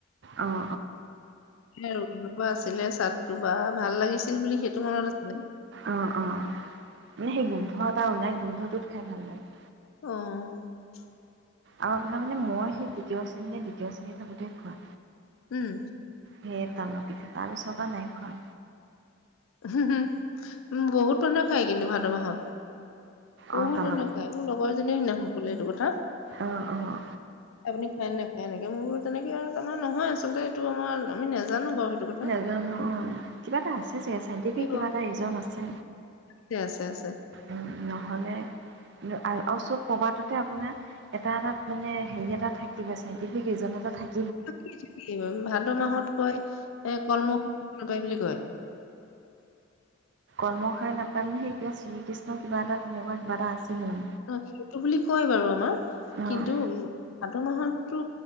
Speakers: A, on the right (about 55°); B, on the left (about 90°).
A: অঁ
B: আৰু কেনেকুৱা আছিলে চাৰ্টো বা ভাল লাগিছিল বুলি সেইটো মনত আছিল।
A: অঁ অঁ অঁ মানে সেই গোন্ধ এটা ওলাই, গোন্ধটোত খাই ভাল লাগে।
B: অহ ',
A: আৰু আপোনাৰ মানে মই সেই তৃতীয় শ্ৰেণীৰ, দ্বিতীয় শ্ৰেণী থাকোতে খোৱা।
B: উম।
A: সেই তালৰ পিঠা আৰু চবা নাই খোৱা।
B: হম- হম। উম, বহুত মানুহে খাই কিন্তু, ভাদ মাহত বহুত
A: অঁ তালত
B: মানুহ খায় মোৰ লগৰ এজনী কোনে সিদিনাখন কলে এইটো কথা
A: অঁ অঁ
B: আপুনি খায় নেখায় এনেকে? মোৰ তেনেকে আৰু তোমাৰ নহয় আচলতে এইটো আমাৰ আমি নাজানো বাৰু। সেইটো কথা
A: নাজানো, অঁ কিবা এটা আছে চাগে চাইণ্টিফিক
B: কিয়
A: কিবা এটা ৰিজন আছে।
B: আছে, আছে, আছে।
A: উম, নহ'লে আৰু চব প্ৰবাদতে আপোনাৰ এটা এটাত মানে হেৰি এটা থাকিব, চাইণ্টিফিক ৰিজন এটা থাকিব।
B: <unintelligible> ভাদ মাহত কয় এ কলমৌ নাখায় বুলি কয়।
A: কলমৌ শাক নাখায় মানে সেই শ্ৰীকৃষ্ণৰ কিবা এটা তেনেকুৱা কিবা এটা আছিলে মানে
B: অঁ সেইটো বুলি কয় বাৰু আমাৰ।
A: অ'
B: কিন্তু ভাদ মাহতো